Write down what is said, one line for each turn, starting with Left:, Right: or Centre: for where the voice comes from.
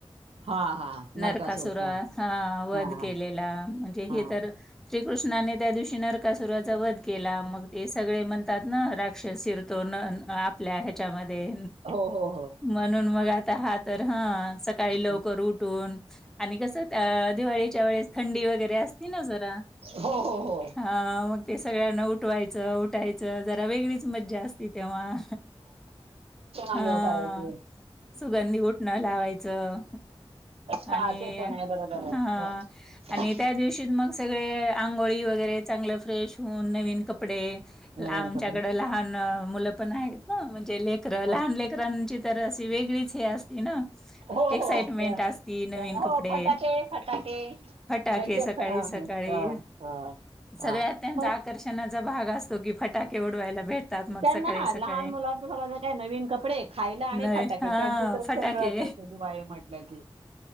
Right: हा हा
Centre: नरकासुर
Right: नरकासुरचा
Centre: हा वध
Right: हा
Centre: केलेला
Right: हा
Centre: म्हणजे हे
Right: हा
Centre: तर श्रीकृष्णाने त्या दिवशी नरकासुराचा वध केला मग ते सगळे म्हणतात ना राक्षसीर तो न आपल्या ह्याच्यामध्ये
Right: हो हो हो
Centre: म्हणून मग आता हा तर ह सकाळी लवकर
Right: हा.
Centre: उठून आणि कस दिवाळीच्या वेळेस थंडी वगैरे असती ना जरा.
Right: हो हो हो
Centre: हा मग ते सगळ्यांना उठवायचं उठायचं जरा वेगळीच मज्जा असती तेव्हा
Right: अंघोळ
Centre: हा
Right: करायचे
Centre: सुगंधी उठणं लावायचं.
Right: हा
Centre: आणि
Right: ते पण आहे बरोबर आहे
Centre: हा आणि
Right: हा.
Centre: त्या दिवशी मग सगळे अंग <unintelligible> आंघोळी वगैरे चांगल फ्रेश होऊन नवीन कपडे
Right: नवीन
Centre: आमच्याकड
Right: कपडे
Centre: लहान मु लपण आहेत ना म्हणजे लेकरं लहान
Right: हा.
Centre: लेकरांची तर अस वेगळीच हे असती ना
Right: हो
Centre: एक्साइटमेंट
Right: हो त्या-
Centre: असती नवीन
Right: त्या- हो
Centre: कपडे
Right: फटाके फटाके
Centre: फटाके
Right: त्यांचे
Centre: सकाळी
Right: फ- हा
Centre: सकाळी
Right: हा हा हा.
Centre: सगळ्यात
Right: हा.
Centre: त्यांचं
Right: हो
Centre: आकर्षणच चा भाग असतो की फटाके उडवायला. भेटतात मग
Right: त्यांना
Centre: सकाळी
Right: हा
Centre: सकाळी
Right: लहान मुला तर सगळं ज काही. नवीन कपडे खायला आणि
Centre: नवीन
Right: फटाके
Centre: हा
Right: त्यांची तर
Centre: फटाके
Right: चंगळच असे दिवाळे म्हटलं कि